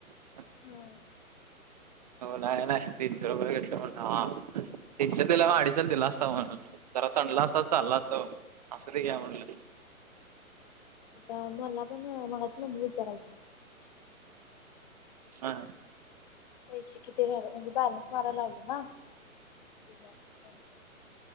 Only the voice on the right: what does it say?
म
हो ना ना तीनशे रुपये घेतल्या म्ह हा टीनशन दिल्या म अडीिशन दिला असता म्हून जरा तणडला असत चालला असतो असं ते घ्या म्हणटलं
हा